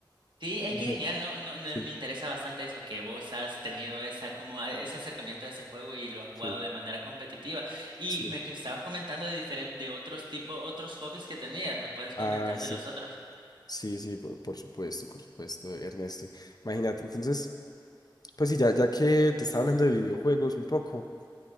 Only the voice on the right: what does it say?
Sí, es
que
genial, ¿no? No, no,
me interesa bastante eso, que vos has tenido esa, como a- ese acercamiento a ese juego y lo has jugado
de manera competitiva. Y
me que estabas comentando de diferentes, de otros tipos, otros hobbies que tenías. ¿Me puedes
comentar
de los otros?